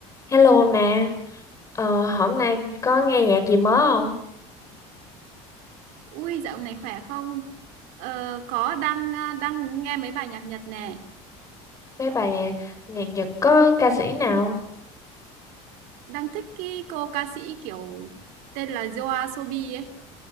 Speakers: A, on the left; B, on the right.
A: Hello nè, ờ, hôm nay có nghe nhạc gì mới không?
B: Ui dạo này khỏe không? Ờ, có đang à, đang nghe mấy bài nhạc Nhật nè,
A: Mấy bài nhạc, nhạc Nhật có ca sĩ nào?
B: đang thích cái cô ca sĩ kiểu tên là Yoasobi Sobi ấy.